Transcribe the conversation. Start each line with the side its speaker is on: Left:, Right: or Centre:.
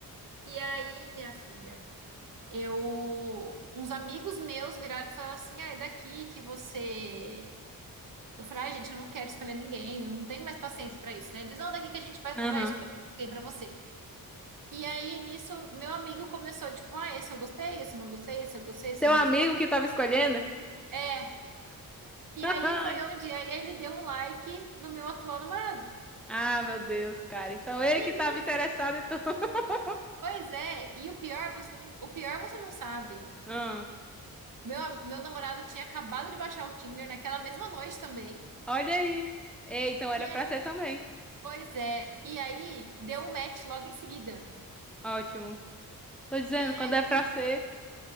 Right: E aí, minha filha? Eu, uns amigos meus viraram e falaram assim: ah, é daqui que você. Eu falei: ai, gente, eu não quero escolher ninguém, não tenho mais paciência pra isso, né? Eles não, daqui que a gente vai,
Centre: Aham.
Right: vai escolher alguém pra você. E aí nisso, meu amigo começou: tipo, ah, esse eu gostei, esse eu não gostei, esse eu gostei, esse
Centre: Teu
Right: eu não
Centre: amigo
Right: gostei.
Centre: que tava escolhendo?
Right: É. E aí
Centre: Ai.
Right: foi onde aí ele deu um like no meu atual namorado.
Centre: Ah, meu Deus, cara. Então ele
Right: E
Centre: que tava
Right: nisso,
Centre: interessado, então. <laughs>
Right: pois é. E o pior, você não, o pior você não sabe.
Centre: Ah,
Right: Meu, meu namorado tinha acabado de baixar o Tinder naquela mesma noite também.
Centre: olha aí. Ei, então era
Right: E aí
Centre: pra ser também.
Right: Pois é, e aí deu um match logo em seguida.
Centre: Ótimo. Tô dizendo,
Right: E
Centre: quando
Right: aí
Centre: é pra ser.